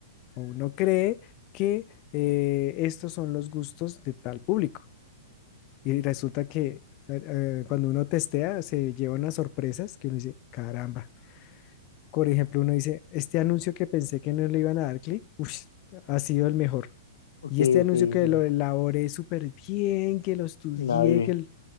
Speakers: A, on the left; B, on the left.
A: o uno cree que eh, estos son los gustos de tal público. Y resulta que eh, eh, cuando uno testea se lleva unas sorpresas que uno dice, caramba. Por ejemplo, uno dice, este anuncio que pensé que no le iban a dar clic, ush, ha sido el mejor.
B: Ok,
A: Y este anuncio
B: ok,
A: que
B: ok.
A: lo elaboré súper bien, que lo estudié,
B: Nadie.
A: que,